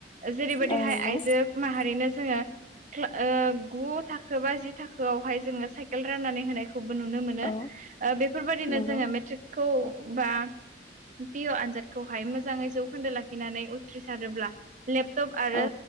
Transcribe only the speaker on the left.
औ नंगौ
औ
नंगौ
औ